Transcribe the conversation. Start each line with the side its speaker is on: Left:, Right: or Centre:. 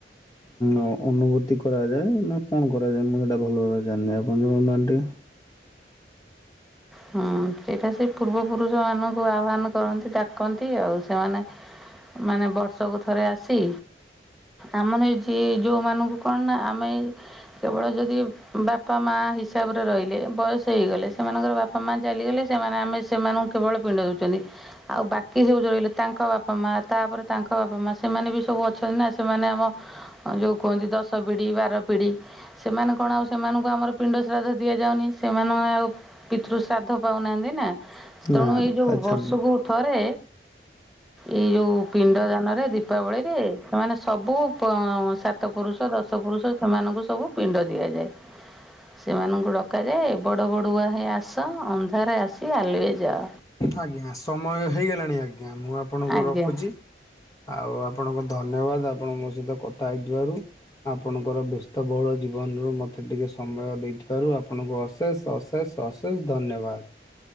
Left: ଅ ଅନୁଭୂତି କରାଯାଏ ନା କଣ କରାଯାଏ। ମୁଁ ସେଇଟା ଭଲ ଭାବରେ ଜାଣିନାହିଁ ଆପଣ ଜଣାଉନାହାନ୍ତି ଟିକେ।
Centre: ହୁଁ ସେଇଟା ସେ ପୂର୍ବ ପୁରୁଷ ମାନଙ୍କୁ ଆହ୍ୱାନ କରନ୍ତି ଡାକନ୍ତି ଆଉ ସେମାନେ ମାନେ ବର୍ଷକୁ ଥରେ ଆସି ଆମର ଯି ଯୋଉମାନଙ୍କୁ କଣ ନା ଆମେ କେବଳ ଯଦି ବାପା ମା ହିସାବରେ ରହିଲେ, ବୟସ ହେଇଗଲେ ସେମାନଙ୍କର ବାପ୍ ସେମାନ ଚାଲିଗଲେ ସେମାନେ ଆମେ ସେମାନଙ୍କୁ କେବଳ ପିଣ୍ଡ ଦେଉଛନ୍ତି। ଆଉ ବାକି ସବୁ ରହିଲେ ତାଙ୍କ ବାପା ମା ତାପରେ ତାଙ୍କ ବାପା ମା ସେମାନେ ବି ସବୁ ଅଛନ୍ତି ନା ସେମାନେ ଆମ ଯୋଉ କୁହନ୍ତି ଦଶ ପିଢି ବାର ପିଢ଼ି ସେମାନେ କଣ ଆଉ ସେମାନଙ୍କୁ ଆମର ପିଣ୍ଡ ଶ୍ରାଦ୍ଧ ଦିଆଯାଉନି ସେମାନେ ଆଉ ପିତୃ ଶ୍ରାଦ୍ଧ ପାଉନାହାଁନ୍ତି ନା ତେଣୁ
Left: ନା
Centre: ଏଇ ଯେଉଁ
Left: ଆଚ୍ଛା।
Centre: ବର୍ଷକୁ ଥରେ ଏଇ ଯୋଉ ପିଣ୍ଡ ଦାନରେ ଦି ଦୀପାବଳୀ‍ରେ ସେମାନେ ସବୁ ପ ସାତ ପୁରୁଷ ଦଶ ପୁରୁଷ ସେମାନଙ୍କୁ ସବୁ ପିଣ୍ଡ ଦିଆଯାଏ। ସେମାନଙ୍କୁ ଡକାଯାଏ ବଡ଼ ବଡ଼ୁଆ ହେ ଆ ଆସ ଅନ୍ଧାରେ ଆସି ଆଲୁଏ ଯାଅ।
Left: ଆଜ୍ଞା ସମୟ ହେଇଗଲାଣି ଆଜ୍ଞା ମୁଁ ଆପଣଙ୍କୁ
Centre: ଆଜ୍ଞା
Left: ରଖୁଛି। ଆଉ ଆପଣଙ୍କୁ ଧନ୍ୟବାଦ ଆପଣ ମୋ ସହିତ କଥା ହେଇଥିବାରୁ। ଆପଣଙ୍କର ବ୍ୟସ୍ତବହୁଳ ଜୀବନରୁ ମୋତେ ଟିକେ ସମୟ ଦେଇଥିବାରୁ ଆପଣଙ୍କୁ ଅଶେଷ ଅଶେଷ ଅଶେଷ ଧନ୍ୟବାଦ।